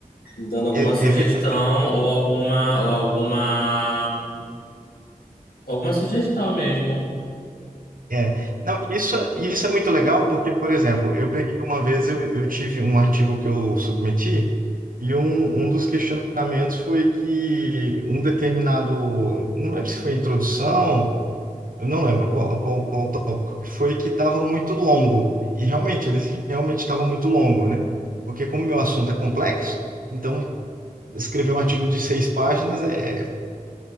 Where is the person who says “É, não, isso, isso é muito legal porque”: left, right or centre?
Right